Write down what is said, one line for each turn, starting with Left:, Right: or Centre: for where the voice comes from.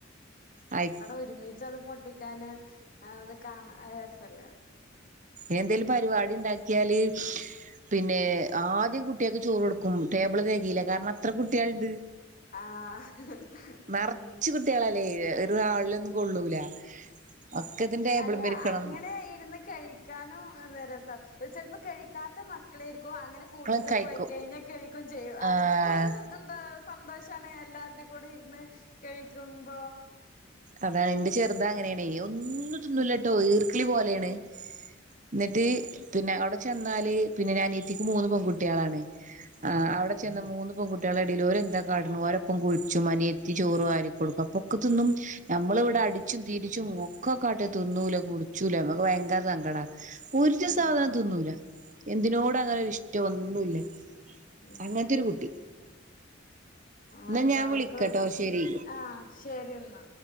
Right: ആയ്-
Left: ഒരുമിച്ചത് പൊട്ടിക്കാന് അത് കാണ ഒര് രസല്ലേ?
Right: എന്തെേലും പരിപാടി ഇണ്ടാക്കിയാല് പിന്നെ ആദ്യം കുട്ട്യാക്ക് ചോറ് കൊടുക്കും ടേബിൾ തെകയില്ല കാരണം അത്ര കുട്ട്യാള്ണ്ട്
Left: ആഹ്
Right: നറച്ച്
Left: ഉം
Right: കുട്ടികളല്ലേ ഒരു ഹാളിലൊന്നും കൊള്ളൂല ഒക്കെ ഇതിന്റെ ടേബിളുമ്മെ
Left: അല്ല
Right: ഇരിക്കണം
Left: അങ്ങനെ ഇരുന്ന് കഴി കഴിക്കാനും രസാ ചിലപ്പോ കഴിക്കാത്ത മക്കളേരിക്കും അങ്ങനെ കൂട്ടത്ത്
Right: മക്കളും കഴിക്കും
Left: പോയി കഴിഞ്ഞാൽ കഴിക്കും ചെയ്യും അവർക്കും
Right: ആഹ്
Left: ഒരു എന്താ സന്തോഷാണ് എല്ലാര്ടെ കൂടെ ഇരുന്ന് കഴിക്കുമ്പോ
Right: അതാ എന്റെ ചെറുതാ അങ്ങനേണെ
Left: ഉം
Right: ഒന്നും തിന്നൂലട്ടോ
Left: ഉം
Right: ഈർക്കിളി പോലേണ്
Left: ഉം
Right: എന്നിട്ട് പിന്നെ അവിടെ ചെന്നാല് പിന്നെ അനിയത്തിക്ക് മൂന്ന് പെൺകുട്ട്യാളാണ് ആഹ് അവടെ ചെന്ന മൂന്ന് പെൺ കുട്ട്യാളെ ഇടേല് ഓരെന്താ കാട്ട്ണ് ഓരൊപ്പം കുളിച്ചും അനിയത്തി ചോറു വാരി കൊടുക്കും അപ്പക്കത്തൊന്നും നമ്മള് ഇവിടെ അടിച്ചും തിരിച്ചും ഒക്കെക്കാട്ടെ തിന്നൂലേ കുടിച്ചൂലെ നമ്മക്ക് ഭയങ്കര സങ്കടാ ഒരു
Left: ആഹ്
Right: സാധനം തിന്നൂല എന്തിനോട് അങ്ങനെ ഇഷ്ടമൊന്നും ഇല്ല
Left: ഉം
Right: അങ്ങൻത്തൊരു കുട്ടി എന്നാ
Left: ആക
Right: ഞാൻ
Left: അവർക്ക്
Right: വിളിക്കട്ടോ ശരി
Left: ആഹ ശരിന്നാ